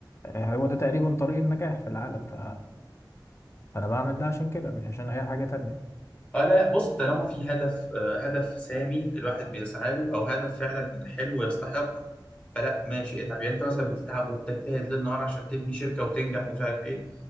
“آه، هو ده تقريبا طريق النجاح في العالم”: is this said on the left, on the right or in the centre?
Left